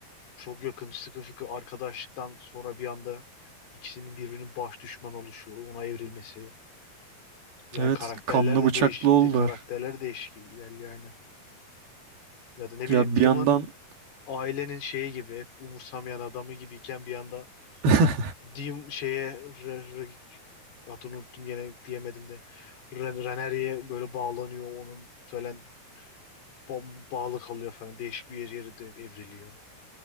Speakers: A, on the left; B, on the right.
A: Çok yakın sıkı fıkı arkadaşlıktan sonra bir anda ikisinin birbirinin baş düşman oluşu, ona evrilmesi. Yani
B: Evet
A: karakterler
B: kanlı
A: de
B: bıçaklı
A: değişti,
B: oldular.
A: karakterler değişik ilerliyor aynı. Ya da ne bileyim
B: Ya
A: Demon
B: bir yandan
A: ailenin şeyi gibi hep umursamayan adamı gibiyken bir anda
B: <laughs>
A: Dim şeye re, re- adını unuttum gene diyemedim de Ren- Reneri'ye böyle bağlanıyor onun falan bom- bağlı kalıyor falan değişik bir yer yeri de evriliyor.